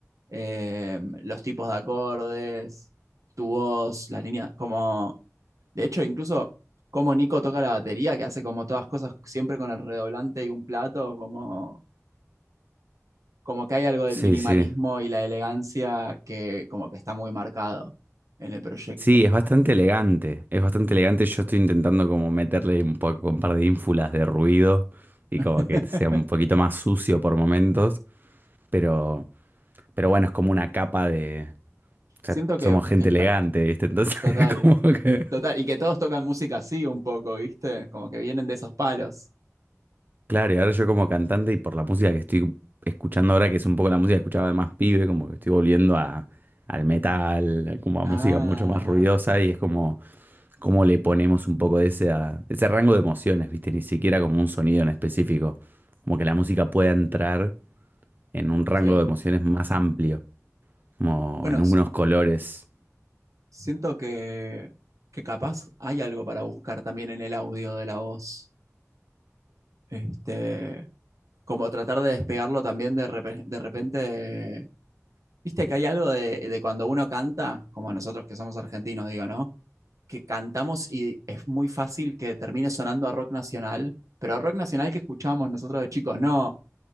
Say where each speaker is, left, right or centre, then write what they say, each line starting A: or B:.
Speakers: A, on the right; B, on the right.
A: eh, los tipos de acordes, tu voz, las líneas, como... De hecho, incluso como Nico toca la batería, que hace como todas cosas siempre con el redoblante y un plato, como como que hay algo del
B: Sí,
A: minimalismo
B: sí.
A: y la elegancia que como que está muy marcado en el proyecto.
B: Sí, es bastante elegante, es bastante elegante. Yo estoy intentando como meterle un poco, un par de ínfulas de ruido y
A: <laughs>
B: como que sea un poquito más sucio por momentos, pero, pero bueno, es como una capa de... O sea,
A: Siento que,
B: somos gente
A: que está
B: elegante, ¿viste? Entonces,
A: total,
B: <laughs> como que...
A: total, y que todos tocan música así un poco, ¿viste? Como que vienen de esos palos.
B: Claro, y ahora yo como cantante y por la música que estoy escuchando ahora, que es un poco la música que escuchaba de más pibe, como que estoy volviendo a, al metal, como a
A: Ah,
B: música mucho más ruidosa y es como... cómo le ponemos un poco de ese, a- de ese rango de emociones, ¿viste? Ni siquiera como un sonido en específico. Como que la música pueda entrar en un rango
A: sí.
B: de emociones más amplio, como
A: Bueno,
B: en unos
A: s-
B: colores.
A: siento que, que capaz hay algo para buscar también en el audio de la voz. Este, como tratar de despegarlo también de, repe- de repente. Viste que hay algo de, de cuando uno canta, como nosotros que somos argentinos, digo, ¿no? que cantamos y es muy fácil que termine sonando a rock nacional, pero a rock nacional que escuchábamos nosotros de chicos, no